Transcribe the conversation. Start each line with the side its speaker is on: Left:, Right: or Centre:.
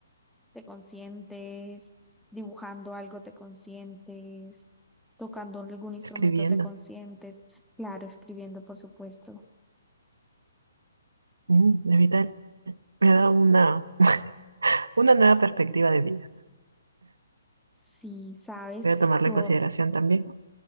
Centre: te consientes, dibujando algo, te consientes, tocando algún instrumento,
Right: escribiendo.
Centre: te consientes, claro, escribiendo, por supuesto.
Right: Mm, evitar. Me ha dado una, una nueva perspectiva de vida.
Centre: Sí, sabes,
Right: Voy a tomarla
Centre: todo,
Right: en consideración también.